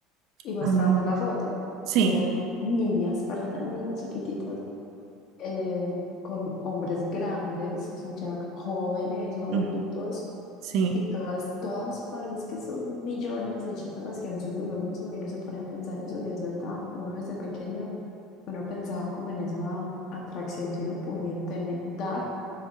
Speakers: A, on the left; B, on the right.
A: Y mostraban
B: ajá.
A: pues la foto,
B: Sí,
A: y eran niñas, personas, niñas chiquititas eh, con hombres grandes, o sea, ya jóvenes o adultos,
B: mm, sí.
A: y todas, todas parece que son millones de chicas las que han subido lo mismo y uno se pone a pensar eso y es verdad, uno desde pequeño, uno pensaba como en esa atracción que uno podía tener, dar